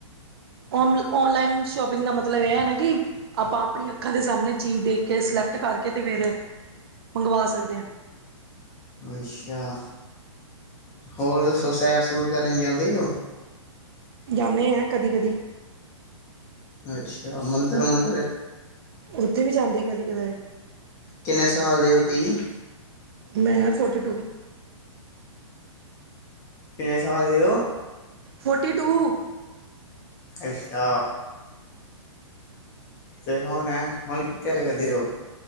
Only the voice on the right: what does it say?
ਔਨ ਔਨਲਾਈਨ ਸੋ਼ਪਿਗ ਦਾ ਮਤਲਬ ਇਹ ਹੈ ਨਾ ਕੀ ਆਪਾਂ ਆਪਣੀ ਅੱਖਾਂ ਦੇ ਸਾਹਮਣੇ ਚੀਜ਼ ਦੇਖ ਕੇ ਸਿਲੈਕਟ ਕਰਕੇ ਤੇ ਫੇਰ ਮੰਗਵਾ ਸਕਦੇ ਆ।
ਜਾਂਨੇ ਆ ਕਦੀ ਕਦੀ।
ਉੱਥੇ ਵੀ ਜਾਂਦੇ ਕਦੀ ਕਦਾਏ।
ਮੈਂ ਫੋਟੀ ਟੂ।
Forty to.